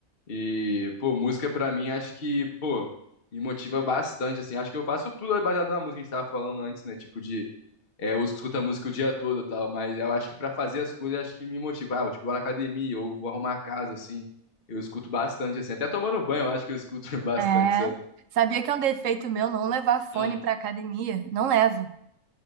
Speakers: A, on the left; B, on the right.
A: E, pô, música pra mim acho que, pô, me motiva bastante, assim. Acho que eu faço tudo baseado na música que a gente tava falando antes, né? Tipo de, é, eu escuto a música o dia todo e tal, mas eu acho que pra fazer as coisas, acho que me motiva. Ah, tipo, vou na academia ou vou arrumar a casa, assim. Eu escuto bastante, assim. Até tomando banho, eu acho que eu escuto <laughs> bastante,
B: É,
A: sabe?
B: sabia que é um defeito meu não levar fone
A: Hum,
B: pra academia? Não levo.